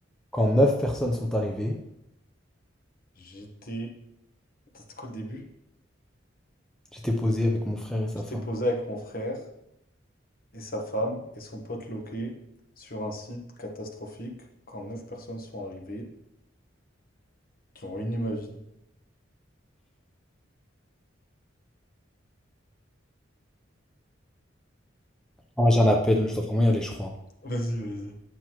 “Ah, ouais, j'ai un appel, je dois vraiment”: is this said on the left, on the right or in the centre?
Centre